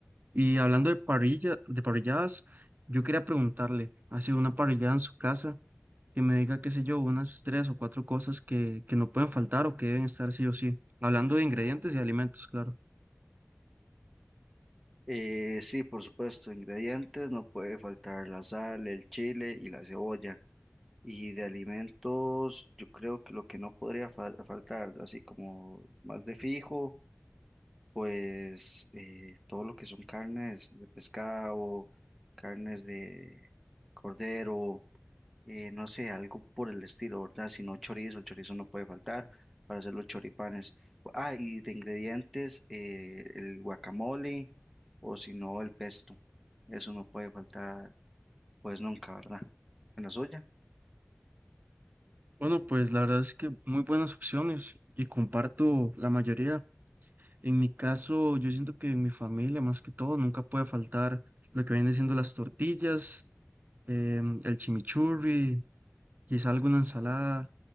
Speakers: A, on the right; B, in the centre.
A: Y hablando de parrilla, de parrilladas, yo quería preguntarle, ¿ha sido una parrillada en su casa? Que me diga, qué sé yo, unas tres o cuatro cosas que, que no pueden faltar o que deben estar sí o sí. Hablando de ingredientes y alimentos, claro.
B: Eh, sí, por supuesto, ingredientes, no puede faltar la sal, el chile y la cebolla. Y de alimentos, yo creo que lo que no podría fal- faltar, así como más de fijo, pues eh, todo lo que son carnes de pescado, carnes de cordero, eh, no sé, algo por el estilo, ¿verdad? Si no chorizo, el chorizo no puede faltar para hacer los choripanes. Ah, y de ingredientes, eh, el guacamole o si no, el pesto. Eso no puede faltar, pues nunca, ¿verdad? En la suya.
A: Bueno, pues la verdad es que muy buenas opciones y comparto la mayoría En mi caso, yo siento que en mi familia, más que todo, nunca puede faltar lo que vienen siendo las tortillas, em, el chimichurri, quizá alguna ensalada